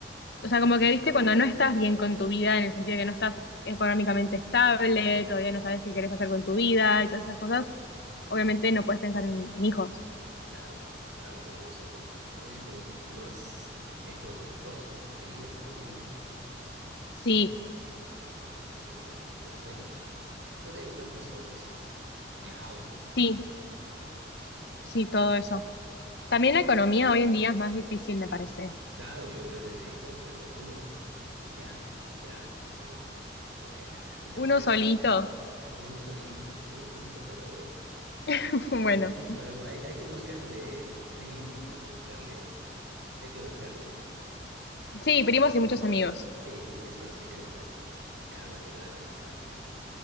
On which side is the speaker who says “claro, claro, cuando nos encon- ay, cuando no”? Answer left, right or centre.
Right